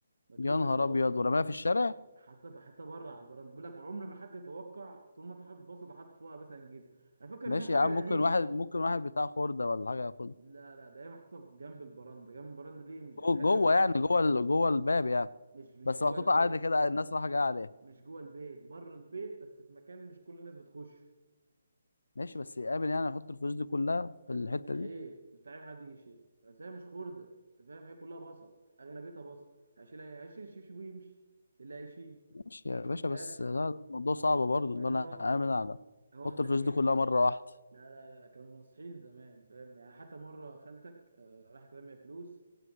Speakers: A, on the right; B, on the left.
A: متروسه
B: يا نهار
A: جوه
B: ابيض ورماها في الشارع
A: حاطها في حاطها بره على البراند بيقول لك عمر ما حد يتوقع طول ما انت حاطط بسط وحاطط فوقها مثلا جزء انا فاكر
B: ماشي
A: ان هي حاجات
B: يا عم
A: قديمه
B: ممكن واحد ممكن واحد بتاع خردة ولا حاجة ياخدها
A: لا لا ده هي محطوطه في- جنب البراندة جنب البراندة دي مش يعني
B: جوه
A: محدش
B: جوه
A: بيخش
B: يعني جوه ال- جوه الباب يعني
A: مش مش
B: بس
A: جوه
B: محطوطة
A: البيت
B: عادي كده الناس رايحة جاية عليها
A: مش جوه البيت بره البيت بس في مكان مش كل الناس بتخش
B: ماشي بس يامن يعني يحط الفلوس دي كلها
A: قال
B: في الحتة
A: لي مستحيل
B: دي
A: مستحيل حد يجي يشيل بس هي مش خردة انت فاهم هي كلها بصل اغلبيتها بصل هشيل ايه هشيل الشبشب ويمشي اللي هيشيل
B: ماشي يا باشا
A: فاهم
B: بس لا الموضوع صعب برضه
A: بعدين
B: ان انا
A: هو هو
B: امن على
A: هو
B: احط
A: متقل
B: الفلوس دي كلها مره واحده
A: لا لا لا كانوا ناصحين زمان فاهم يعني حتى مرة خالتك آه، راحت رامية فلوس